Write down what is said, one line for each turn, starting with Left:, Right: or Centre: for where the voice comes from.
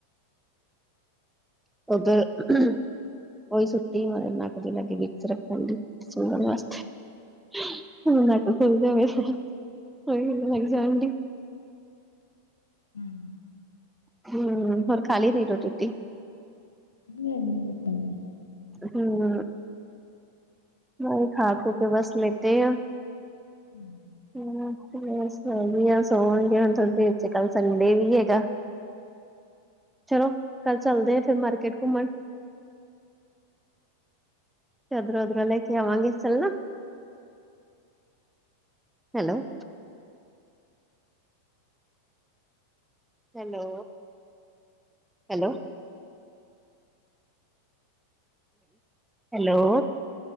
Centre: ਓਧਰ ਉਹੀ ਸੁੱਤੀ ਨੱਕ ਤੇ ਵਿਕਸ ਰੱਖਣ ਗੀ ਸੋਨ ਵਾਸਤੇ- ਲੈ ਕੇ ਚਲੈ ਜਵਾਂਗੇ, ਓਹੀਨਾ ਲੈਕੇ ਜਾਣ ਡੀ-
Left: ਹਮ
Centre: ਹਮ ਹੋਰ ਖਾਲੀ ਸੀ ਰੋਟੀ-ਰੁਟੀ।
Left: ਨਹੀਂ-ਨਹੀਂ ਗਤਮ
Centre: ਹਮ ਨਹੀਂ, ਖਾ ਕੇ ਬਸ ਲਤੇ ਆ
Left: ਹਮ
Centre: ਹਮੀਆ ਸੋਣਗੇ ਹੁਣ ਸੋਵਾਨਗੀ ਕੱਲ ਸੰਡੇ ਵੀ ਹੈਗਾ ਚਲੋ, ਕੱਲ ਚਲਦੇ ਆ ਫਰ ਮਾਰਕੀਟ ਘੁੰਮਣ ਐਦਰ-ਅੁਦਰ ਲੈਖਿਆ ਆਵਾਂਗੀ ਚਲਨਾ ਹੈਲੋ ਹੈਲੋ, ਹੈਲੋ ਹੈਲੋ